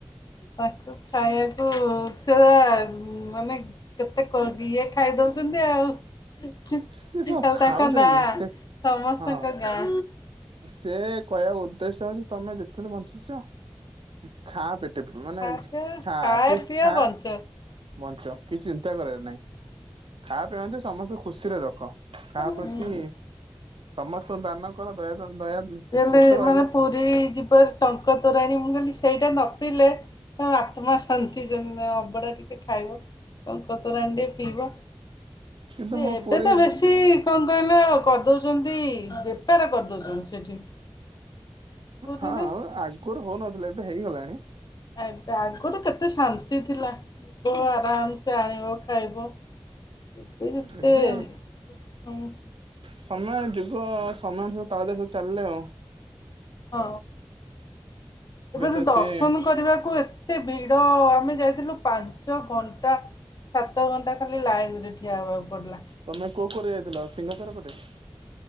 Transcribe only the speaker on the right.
ସେ କଣ
ଖାଉଛନ୍ତି
ସେ ହଁ
ସେ କହିବାକୁ ଉଦ୍ଦେଶ୍ୟ ହଉଛି ତମେ ଯେତେଦିନି ବଞ୍ଚିଛ ଖା ପେଟେ ମାନ
ଖା
କି
ଖା
ବଞ୍ଚ କିଛି ଚିନ୍ତା କରିବା ନାଇଁ ଖା ପିଅ ବଞ୍ଚ ସମସ୍ତେ ଖୁସିରେ ର କହ କାହା
ପ୍ରତି ସମସ୍ତ ଦାନଙ୍କର ଦୟା ଧା ଦୟା
ଗୋଟେ ରହିଲା
କିନ୍ତୁ ମୋ
ପୁରୀ
ହଁ ଆଗରୁ ହଉନଥିଲା ଏବେ ହେଇଗଲାଣି।
ଏବେ
ସମୟ ଯୁଗ ସମାନ ତାଳ ଦେଇ ସବୁ ଚାଲିଲେ ଆଉ।
ତ
ସିଏ
ତମେ କୋଉ କୋଉ ରେ ଯାଇଥିଲ ସିଂହ ଦ୍ୱାର ପଟେ?